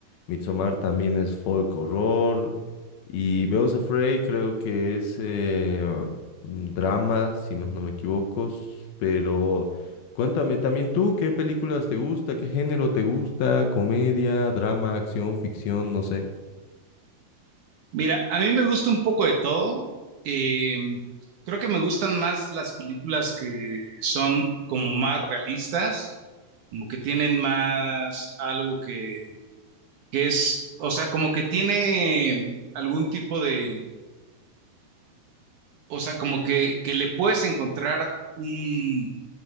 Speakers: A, on the left; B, on the right.
A: Midsommar también es folk horror y Beos Afraid creo que es eh, mm, drama, si más no me equivoco, s- pero cuéntame también tú, ¿qué películas te gusta? ¿Qué género te gusta? ¿Comedia, drama, acción, ficción? No sé.
B: Mira, a mí me gusta un poco de todo. Eh, creo que me gustan más las películas que son como más realistas, como que tienen más algo que, que es, o sea, como que tiene algún tipo de o sea, como que, que le puedes encontrar un,